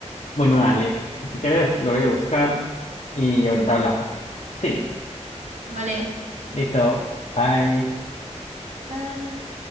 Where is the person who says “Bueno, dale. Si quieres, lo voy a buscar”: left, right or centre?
Left